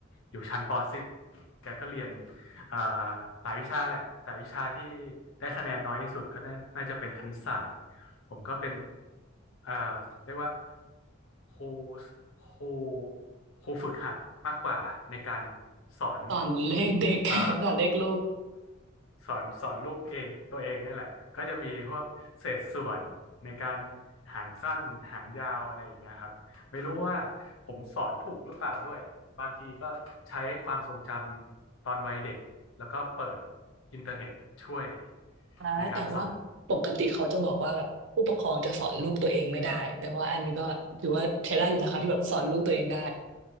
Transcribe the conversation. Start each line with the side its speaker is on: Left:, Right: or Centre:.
Left: อยู่ชั้นป .4 แกก็เรียนเอ่อหลายวิชาแหละแต่วิชาที่ได้คะแนนน้อยที่สุดก็น่าน่าจะเป็นคณิตศาสตร์ผมก็เป็นเอ่อเรียกว่าครูครูครูฝึกหัดมากกว่าในการสอน
Right: สอนเลขเด็ก <laughs>
Left: เอ่อ
Right: สอนเลขลูก
Left: สอนสอนลูกเองตัวเองเนี่ยแหละก็จะมีพวกเศษส่วนในการหารสั้นหารยาวอะไรอย่างเงี้ยครับไม่รู้ว่าผมสอนถูกหรือเปล่าด้วยบางทีก็ใช้ความทรงจำตอนวัยเด็กแล้วก็เปิดอินเทอร์เน็ตช่วย
Right: นะแต่ว่าปกติเขาจะบอกว่าแบบผู้ปกครองจะสอนลูกตัวเองไม่ได้แต่ว่าอันนี้ก็ถือว่าใช้ได้อยู่นะคะที่แบบสอนลูกตัวเองได้
Left: ในการสอน